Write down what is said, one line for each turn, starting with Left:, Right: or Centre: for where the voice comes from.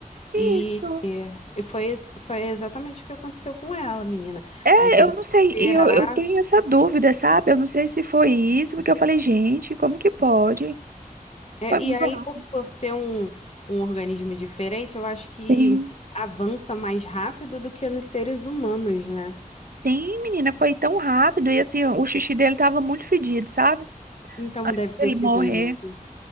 Right: Isso.
Left: E foi, es- foi exatamente o que aconteceu com ela, menina.
Right: É,
Left: Aí teve
Right: eu
Left: que
Right: não sei,
Left: operar.
Right: e eu, eu tenho essa dúvida, sabe? Eu não sei se foi isso, porque eu falei, gente, como que pode?
Left: É,
Right: Foi muito
Left: e aí,
Right: rápido.
Left: por, por ser um, um organismo diferente, eu acho que
Right: Sim,
Left: avança mais rápido do que nos seres humanos, né?
Right: sim, menina, foi tão rápido. E assim, o xixi dele tava muito fedido, sabe?
Left: Então
Right: Antes
Left: deve ter
Right: dele
Left: sido
Right: morrer,
Left: isso.